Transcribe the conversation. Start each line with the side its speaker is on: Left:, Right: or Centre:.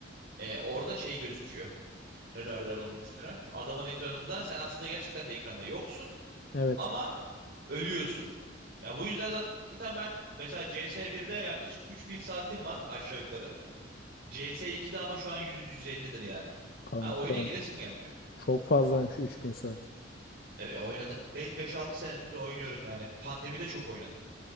Right: e, orada şey gözüküyor. Ne derler onun ismine? Adamın ekranında sen aslında gerçekten de ekranda yoksun
Left: Evet.
Right: ama ölüyorsun. Ya bu yüzden zaten ben mesela CS1'de yaklaşık 3000 saatim var aşağı yukarı. CS2'de ama şu an 100-150'dir yani.
Left: Kanka
Right: Ha, oyuna giresim gelmiyor.
Left: çok fazlaymış 3000 saat.
Right: E, oynadım. beş altı senedir oynuyorum yani. Pandemide çok oynadım.